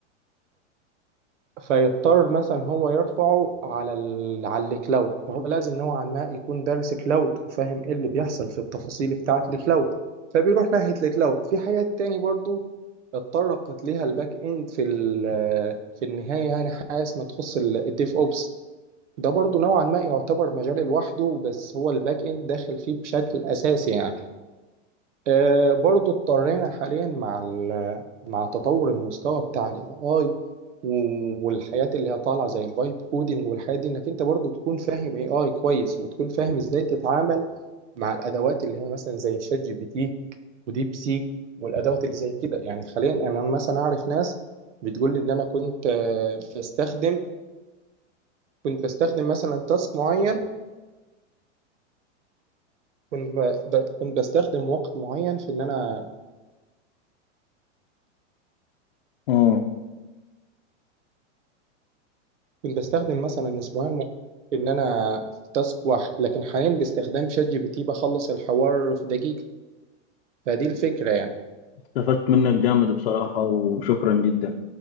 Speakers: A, on the right; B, on the left.
A: فيضطر مثلا هو يرفعه على ال... على الكلاود ما هو لازم نوعا ما يكون دارس كلاود وفاهم ايه اللي بيحصل في التفاصيل بتاعه الكلاود فبيروح ناحيه الكلاود في حاجات تاني برضو اتطرقت ليها الباك اند في ال... في النهايه يعني حاجه ما تخص ال- الديف اوبس ده برضو نوعا ما يعتبر مجال لوحده بس هو الباك اند داخل فيه بشكل اساسي يعني آه، برضو اضطرينا حاليا مع ال- مع تطور المستوى بتاع الاي اي والحياة اللي هي طالعة زي الفايب كودing والحياة دي انك انت برضو تكون فاهم اي اي كويس وتكون فاهم ازاي تتعامل مع الادوات اللي هي مثلا زي شات جي بي تي وديب سيك والادوات اللي زي كده يعني حاليا انا مثلا اعرف ناس بتقول لي ان انا كنت آه، بستخدم كنت بستخدم مثلا تاسك معين كنت ب- كنت بستخدم وقت معين في ان انا
B: اه
A: كنت بستخدم مثلا اسبوعين مع- ان انا في تاسك واحد لكن حاليا باستخدام شات جي بي تي بخلص الحوار في دقيقة فدي الفكرة يعني
B: استفدت منك جامد بصراحة وشكرا جدا